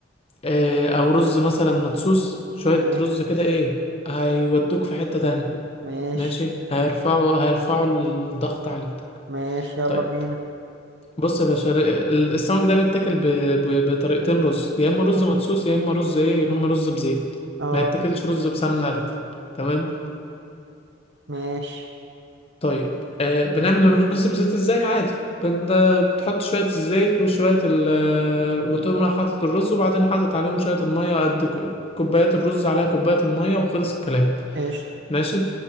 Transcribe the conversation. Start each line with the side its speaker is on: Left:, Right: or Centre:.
Left: اه او رز مثلا مدسوس شوية
Right: ماشي
Left: رز كده ايه هيودوك في حتة تانية
Right: ماشي
Left: ماشي هيرفعوا هيرفعوا الضغط عليك
Right: ماشي يلا
Left: طيب
Right: بينا
Left: بص يا باشا ر- ال- السمك ده بيتاكل ب... ب... بطريقتين رز يا اما رز مدسوس يا اما رز ايه يا اما رز بزيت
Right: اه
Left: ما يتاكلش رز بسمنة ابدا تمام
Right: ماشي
Left: طيب آه بنعمل الرز بزيت ازاي عادي بن- آه، بتحط شوية الزيت وشوية ال بتقوم رايح حاطط الرز وبعدين حاطط عليهم شوية المية قد ك- كوبايات الرز عليها كوباية المية وخلص الكلام
Right: قشطه
Left: ماشي